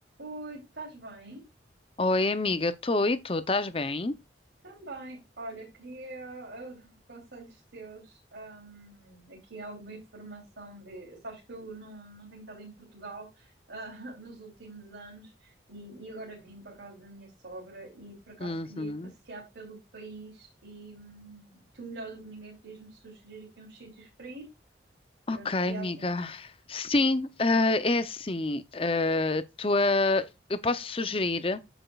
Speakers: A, on the right; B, on the left.
A: Oi, estás bem?
B: Oi, amiga, tô e tu, estás bem?
A: Também. Olha, queria eh, conselhos teus, ahm, aqui alguma informação de. Sabes que eu não, não tenho estado em Portugal, ah, <laughs> nos últimos anos e, e agora vim para a casa da minha sogra e por acaso
B: Uhum.
A: queria ir passear pelo país e hum, tu melhor do que ninguém podias-me sugerir aqui uns sítios para ir
B: Ok,
A: durante
B: amiga.
A: a viagem.
B: Sim, eh, é assim, eh, tua- eu posso sugerir,